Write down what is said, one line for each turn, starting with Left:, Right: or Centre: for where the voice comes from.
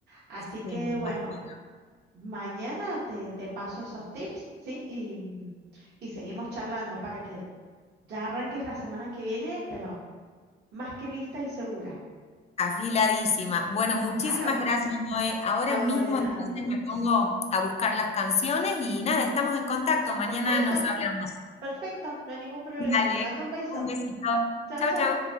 Right: Así
Left: Sí,
Right: que
Left: me imagino.
Right: bueno, mañana te, te paso esos tips, ¿sí? Y, mm, y seguimos charlando para que ya arranques la semana que viene, pero más que lista y segura.
Left: Afiladísima. Bueno,
Right: Claro,
Left: muchísimas gracias, Noé. Ahora
Right: no,
Left: mismo
Right: de nada.
Left: entonces me pongo a buscar las canciones y nada, estamos en contacto. Mañana
Right: Perfecto,
Left: nos hablamos.
Right: perfecto, no hay ningún problema.
Left: Dale,
Right: Te mando un beso.
Left: un besito.
Right: Chao,
Left: Chau,
Right: chao.
Left: chau.